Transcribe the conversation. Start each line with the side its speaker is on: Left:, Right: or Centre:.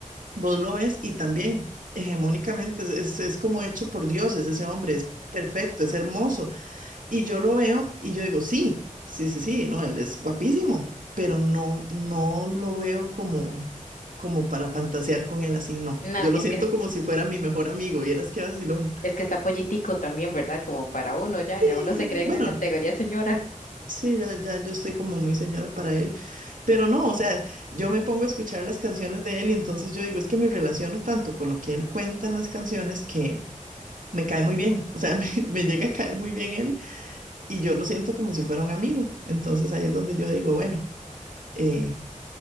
Right: Vos lo ves y también hegemónicamente es, es- es como hecho por dioses ese hombre, es perfecto, es hermoso. Y yo lo veo y yo digo, sí, sí, sí, sí, no, él es guapísimo, pero no, no lo veo como, como para fantasear con él así, no.
Left: No,
Right: Yo lo
Left: es
Right: siento
Left: que
Right: como si fuera mi mejor amigo, vieras qué vacilón.
Left: Es que está pollitico también, ¿verdad? Como para uno ya,
Right: Sí,
Left: ya uno se cree
Right: bueno,
Left: en la categoría señora.
Right: sí, ya, ya yo estoy como muy señora para él, pero no, o sea, yo me pongo a escuchar las canciones de él y entonces yo digo, es que me relaciono tanto con lo que él cuenta en las canciones que me cae muy bien, o sea, <laughs> me, me llega a caer muy bien él y yo lo siento como si fuera un amigo. Entonces ahí es donde yo digo, bueno, eh,